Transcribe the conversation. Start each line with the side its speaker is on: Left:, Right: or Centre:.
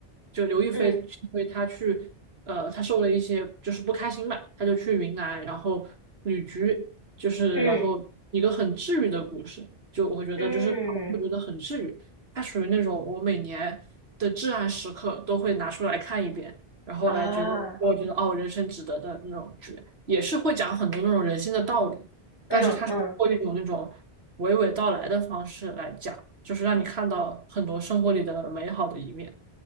Right: 就刘亦菲是因为她去，
Left: 嗯
Right: 呃，她受了一些就是不开心吧，她就去云南，然后旅居，就是然后一个很治愈的故事，
Left: 嗯
Right: 就我觉得就是看完会觉得很治愈。
Left: 嗯
Right: 它属于那种我每年的至暗时刻都会拿出来看一遍，然后来觉得我觉得哦，
Left: 啊，
Right: 人生值得的那种剧，也是会讲很多那种人性的道理，
Left: 嗯嗯
Right: 但是它是通过一种那种娓娓道来的方式来讲，就是让你看到很多生活里的美好的一面，